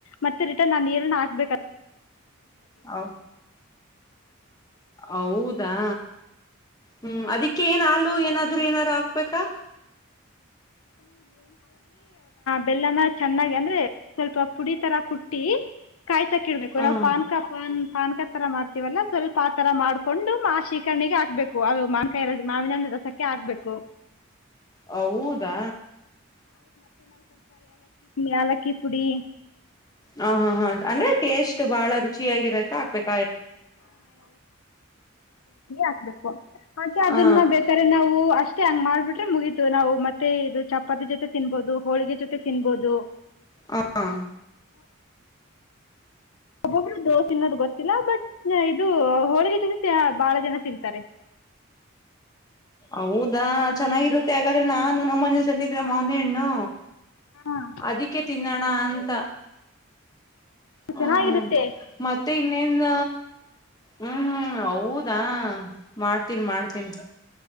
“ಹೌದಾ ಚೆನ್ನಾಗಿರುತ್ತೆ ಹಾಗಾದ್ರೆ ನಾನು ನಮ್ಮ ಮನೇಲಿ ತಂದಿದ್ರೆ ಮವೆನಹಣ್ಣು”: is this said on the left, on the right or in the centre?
Left